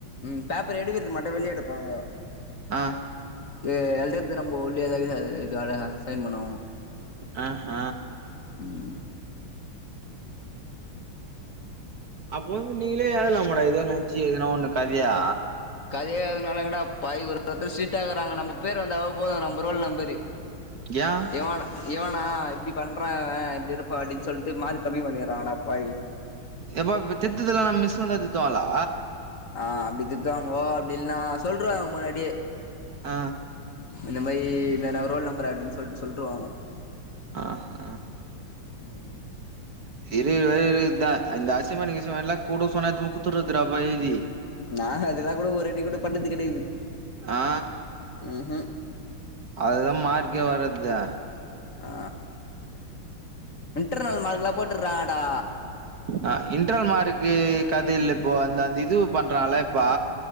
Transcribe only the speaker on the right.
ஆ
அ ஹ
அப்ப வந்து நீங்களே எழுதலாமடா எதா நென்ச்சு எதுனா ஒண்ணு கதியா
யா
எப்பா இப்ப திர்துத்தெல்லா நம்ம மிஸ்ஸுங்தா திர்த்துவாங்களா
ஆ
ஆ ஹா
இருக்குற வர இருக்குத்த இந்த அசைன்மென்ட் கிசைன்மென்ட்லா குடுக் சொன்னா எத்துனுப்போய் குத்துற்றதுடா அப்பா எழுதி
ஆ
அதுதா மார்க்கே வர்ரத்து
அ இன்டனல் மார்க்கு கதையில்ல இப்போ அந்த இதுவு பண்றால இப்பா